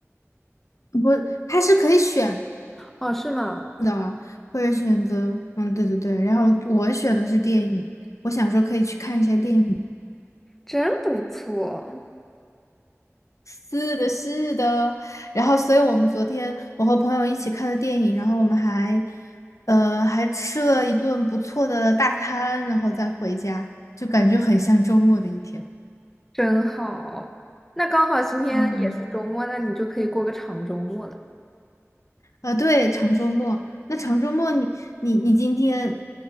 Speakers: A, on the left; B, in the centre.
A: <laughs> 不，它是可以选
B: 哦，是吗？
A: 的，或者选择，嗯，对对对。然后我选的是电影，我想说可以去看一下电影。
B: 真不错，
A: 是的，是的。然后，所以我们昨天我和朋友一起看了电影，然后我们还，呃，还吃了一顿不错的大餐，然后再回家，就感觉很像周末的一天。
B: 真好。那刚好今天也是周末，
A: 嗯，
B: 那你就可以过个长周末了。
A: 呃，对，长周末。那长周末你，你你今天，